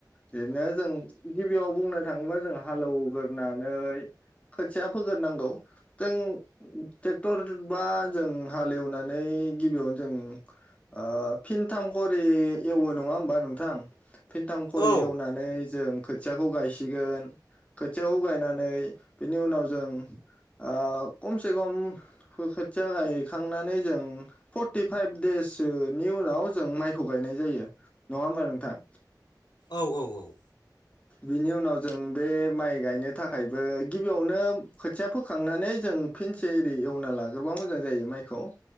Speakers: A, on the left; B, on the left.
A: बिदिनो जों गिबियाव बुंनो थाङोबा जों हालौगोरनानै खोथिया फोगोरनांगौ जों टे टरबा जों हालेवनानै गिबियावनो जों ओ फिनथाम खरि एवो नङा होमबा नोंथां। फिन्थाम खरि
B: औ
A: एवनानै जों खोथियाखौ गायसिगोन खोथियाखौ गायनानै बिनि उनाव जों ओ खमसे खम खो-खोथिया गायखांनानै जों फर्टिफाइभ देससोनि उनाव जों माइखौ गायनाय जायो नङा होमबा नोंथां?
B: औ औ औ।
A: बिनि उनाव जों बे माइ गायनो थाखायबो गिबियावनो खोथिया फोखांनानै जों फिनसे एरि एवना लागोरबा मोजां जायो माइखौ